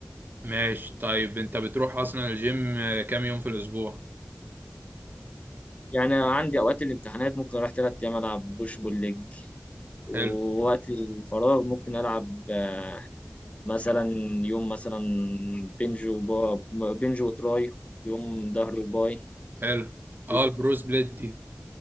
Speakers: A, on the right (about 45°); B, on the left (about 30°).
A: ماشي طيب انت بتروح اصلا الجيم آه، كام يوم في الاسبوع
B: يعني عندي اوقات الامتحانات ممكن اروح ثلاث ايام العب بوش بول ليج، ووقت
A: حلو
B: الفراغ ممكن ألعب آه، مثلا يوم مثلا بنج وبا بنج وتراي يوم ظهر وباي
A: حلو اه
B: ويوم-
A: البروس بليت دي